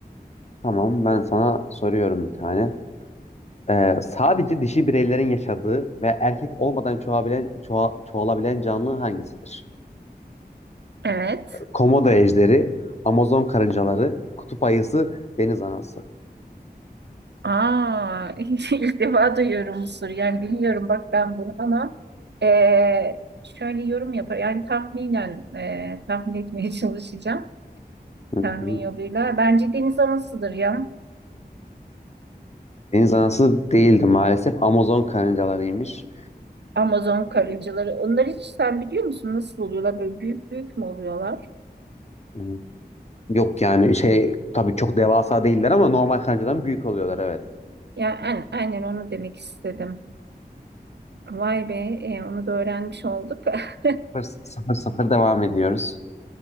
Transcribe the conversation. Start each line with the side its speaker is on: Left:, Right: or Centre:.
Left: Tamam ben sana soruyorum bir tane. Ee, sadece dişi bireylerin yaşadığı ve erkek olmadan çoğalabilen, çoğa- çoğalabilen canlı hangisidir?
Right: Evet.
Left: Komodo ejderi, Amazon karıncaları, kutup ayısı, deniz anası.
Right: Aa, <laughs> ilk defa duyuyorum bu soruyu. Yani bilmiyorum bak ben bunu ama e, şöyle yorum yapar. Yani tahminen e, tahmin etmeye <laughs> çalışacağım.
Left: Hı
Right: Tahmin
Left: hı.
Right: yoluyla. Bence deniz anasıdır ya.
Left: Deniz anası değildi maalesef. Amazon karıncalarıymış.
Right: Amazon karıncaları. Onlar hiç sen biliyor musun nasıl oluyorlar? Böyle büyük büyük mü oluyorlar?
Left: Ee, Yok yani şey tabii çok devasa değiller ama normal kancadan büyük oluyorlar evet.
Right: Ya yani, aynen onu demek istedim. Vay be, e, onu da öğrenmiş olduk. <laughs>
Left: Sıfır, sıfır, sıfır devam ediyoruz.